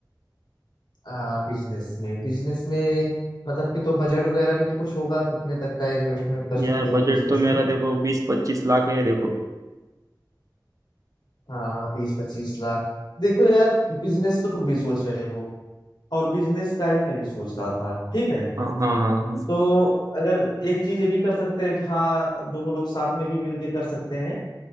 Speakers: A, on the left; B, on the right.
A: हाँ बिजनेस में बिजनेस में मतलब कि तो बजट वगैरह भी तो कुछ होगा कितने तक का इन्वेस्टमेंट कर
B: यार
A: सकते हो
B: बजट
A: बिजनेस
B: तो मेरा
A: में
B: देखो बीस पच्चीस लाख है देखो
A: हाँ बीस पच्चीस लाख देखो यार बिजनेस तो तुम भी सोच रहे हो और बिजनेस का ही मैं भी सोच रहा था ठीक है
B: हाँ हाँ हाँ हाँ
A: तो अगर एक चीज ये भी कर सकते हैं कि हाँ दोनों लोग साथ में भी मिलके कर सकते हैं